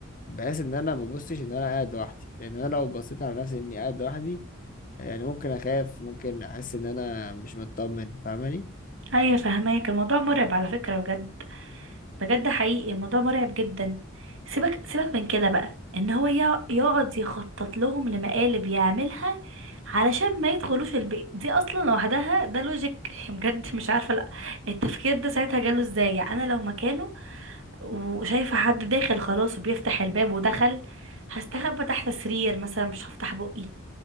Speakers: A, on the left; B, on the right.
A: بحيث ان انا ما ببصش ان انا قاعد لوحدي لان انا لو بصيت على نفسي اني قاعد لوحدي يعني ممكن اخاف ممكن احس ان انا مش مطمن فاهماني
B: ايوه فهماك الموضوع مرعب على فكرة بجد بجد حقيقي الموضوع مرعب جدا سيبك سيبك من كده بقى ان هو يق- يقعد يخطط لهم لمقالب يعملها علشان ما يدخلوش البيت دي اصلا لوحدها ده لوجيك <laughs> بجد مش عارفه لا التفكير ده ساعتها جاله ازاي يعني انا لو مكانه وشايفه حد داخل خلاص وبيفتح الباب ودخل هستخبى تحت السرير مثلا مش هفتح بقي